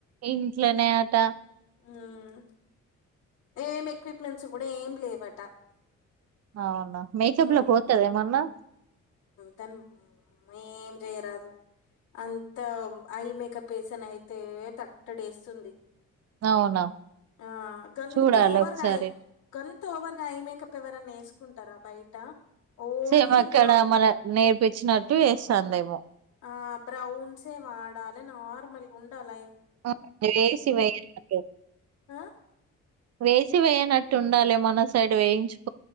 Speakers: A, on the right; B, on the left.
A: ఇంట్లనే ట
B: హ్మ్. ఏం ఎక్విప్మెంట్స్ కూడా ఏం లేవట
A: అవునా మేకప్
B: హ్మ్.
A: లో పోతద ఏమన్నా
B: తను ఏం జేయరాదు అంత ఐ మేకప్ వేసన్ అయితే తట్టడేస్తుంది
A: అవునా
B: ఆ గంత
A: చూడాలి
B: ఓవర్గాయ్
A: ఒకసారి
B: గం త ఓవర్ గా ఐ మేకప్ ఎవరన్న ఏస్కుంటారా బయట ఓన్లీ
A: సేమక్కడ
B: బ్రౌ
A: మన నేర్పించినట్టు ఏస్తాందేమో
B: ఆ బ్రౌన్సే వాడాలె నార్మల్గుండాల
A: అ వేసివేయనటు
B: ఆ!
A: వేసి వేయనట్టు ఉండాలి మన సైడ్ వేయించు